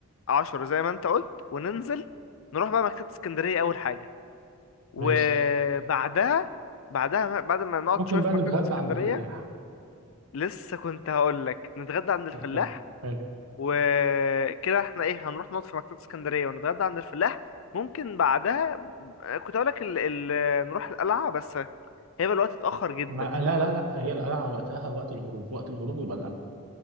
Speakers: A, on the left; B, on the right.
A: عشرة زي ما انت قلت وننزل نروح بقى مكتبة اسكندرية أول حاجة وبعدها
B: ماشي
A: بعدها بعد ما نقعد
B: ممكن
A: شوية
B: بقى
A: في
B: نتغدى
A: مكتبة اسكندرية
B: عند الفلاح
A: لسه كنت هقول لك نتغدى عند الفلاح
B: فكرة حلو
A: وكده احنا ايه هنروح نقعد في مكتبة اسكندرية ونتغدى عند الفلاح ممكن بعدها كنت هقول لك ال... ال... نروح القلعة بس هيبقى الوقت اتأخر جدا
B: ما لا لا لا هي القلعة وقتها وقت الغروب وقت الغروب يبقى القلعة